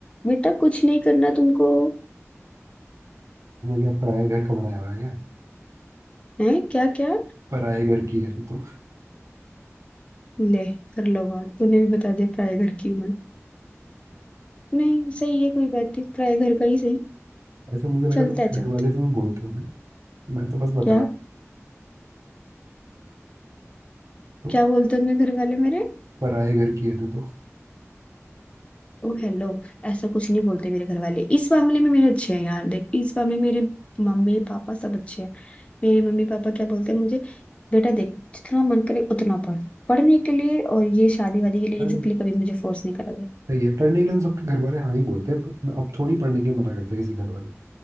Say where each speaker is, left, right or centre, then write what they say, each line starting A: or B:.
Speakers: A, on the left; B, on the right.
A: बेटा कुछ नहीं करना तुमको
B: तुम्हें क्या पराए घर का बनाया हुआ है क्या
A: है क्या क्या
B: पराए घर की है तू तो
A: ले कर लो बात तूने भी बता दिया प्राय घर की उम्र नहीं सही है कोई बात नहीं प्राय घर का ही सही
B: ऐसा मुझे
A: चलता
B: लगा तुम्हारे
A: है चलता
B: घर वाले
A: है।
B: तुम्हें बोलते होंगे मैं तो बस बता
A: क्या
B: तो
A: क्या बोलते हैं मेरे घर वाले मेरे
B: पराए घर की है तू तो
A: ओ हेलो ऐसा कुछ नहीं बोलते मेरे घर वाले इस मामले में मेरे अच्छे हैं यार देख इस मामले में मेरे मम्मी पापा सब अच्छे हैं मेरे मम्मी पापा क्या बोलते हैं मुझे बेटा देख जितना मन करे उतना पढ़ पढ़ने के लिए और ये शादी वादी के लिए
B: अरे
A: इन सब के लिए कभी मुझे फोर्स नहीं करोगे
B: सही है पढ़ने के लिए तो सबके घर वाले हाँ ही बोलते हैं पर अब थोड़ी पढ़ने के लिए मना करते हैं किसी घर वाले